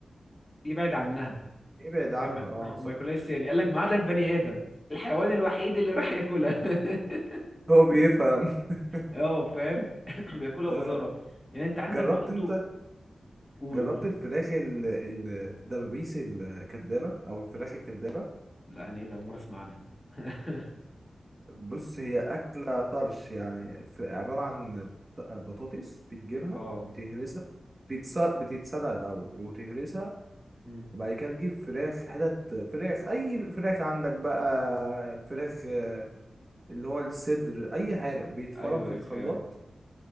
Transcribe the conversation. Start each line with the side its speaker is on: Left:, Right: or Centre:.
Left: يبعد عنها
Right: ابعد عنها
Left: فاهم
Right: اه
Left: <laughs>
Right: صح
Left: وما ياكلهاش يعني قال لك ما عدا البني ادم الحيوان الوحيد اللي راح ياكلها <laughs>
Right: هو بيفهم <laughs>
Left: اه فاهم <laughs> بياكلها
Right: آه،
Left: بغزاره يعني انت عندك
Right: جربت
Left: برضو
Right: انت
Left: قول
Right: جربت
Left: قول
Right: الفراخ ال- ال- الدبابيس الكدابة او الفراخ الكدابة
Left: لا انا ايه ده أول مره اسمع عنها <laughs>
Right: بص هي أكلة طرش يعني في عبارة عن ط- بطاطس بتجيبها
Left: اه
Right: بتهرسها بتتس- بتتسلق الأول وتهرسها
Left: مم.
Right: وبعد كده تجيب فراخ حتت فراخ أي فراخ عندك بقى فراخ آه، اللي هو الصدر أي حاجة بيتفرم
Left: ايوه
Right: في
Left: ايوه
Right: الخلاط
Left: فاهم